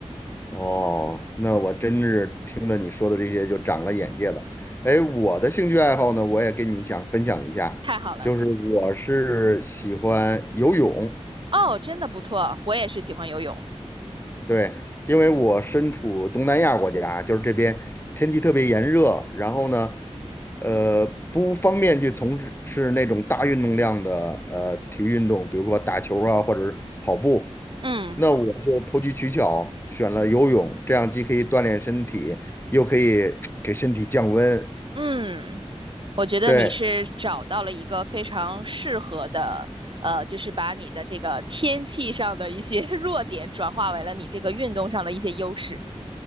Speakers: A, on the left; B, on the right.
A: 哦，那我真是听了你说的这些就长了眼界了。哎，我的兴趣爱好呢，我也跟你想分享一下，
B: 太好了。
A: 就是我是喜欢游泳，
B: 哦，真的不错，我也是喜欢游泳。
A: 对，因为我身处东南亚国家，就是这边天气特别炎热，然后呢，呃，不方便去从事是那种大运动量的呃体育运动，比如说打球啊，或者是跑步。
B: 嗯
A: 那我就投机取巧，选了游泳，这样既可以锻炼身体，又可以给身体降温。
B: 嗯，我觉得你是找到了一个非常适合的，
A: 对，
B: 呃，就是把你的这个天气上的一些 <laughs> 弱点转化为了你这个运动上的一些优势。